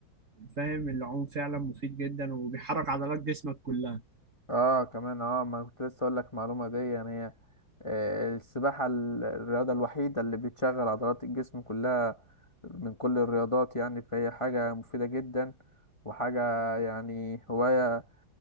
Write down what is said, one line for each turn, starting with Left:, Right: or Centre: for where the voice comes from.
Right: فاهم العوم فعلا مفيد جدا وبيحرك عضلات جسمك كلها
Left: اه كمان اه ما كنت لسه اقول لك معلومه دي يعني هي آه، السباحه ال- الرياضه الوحيده اللي بتشغل عضلات الجسم كلها من كل الرياضات يعني فهي حاجه مفيده جدا وحاجه يعني هوايه آه،